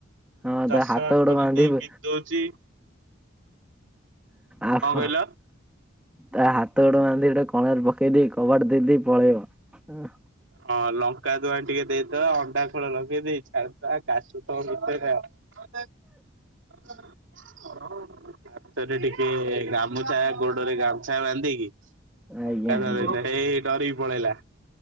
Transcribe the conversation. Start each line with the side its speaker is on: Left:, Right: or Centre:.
Centre: ହଁ ତା
Right: ଚାଷ
Centre: ହାତ ଗୋଡ
Right: ଖୋଲି
Centre: ବାନ୍ଧିବୁ
Right: ପାଇଁ ପି ଦଉଛି
Centre: ଆ <unintelligible>
Right: କଣ କହିଲ?
Centre: ତା ହାତ ଗୋଡ ବାନ୍ଧି ଗୋଟ କଣରେ ପକେଇଦ କବାଟ ଦେଇକି ପଳେଇବ।
Right: ହଁ ଲଙ୍କା ଦୁଆଣି ଟିକେ ଦେଇଦବା ଅଣ୍ଡା ଖୋଳ ଲଗେଇ ଦେଇଛି କାସୁ ଥ ଭିତରେ ଆଉ <unintelligible> ଆ ଟିକେ- ଗାମୁଛା ଗୋଡ଼ରେ ଗାମୁଛା ବାନ୍ଧିକି ଲଙ୍କା
Centre: ଆଜ୍ଞା
Right: ଧରି
Centre: ଆଜ୍ଞା
Right: ଏଇ ଡରି ପଳେଇଲା।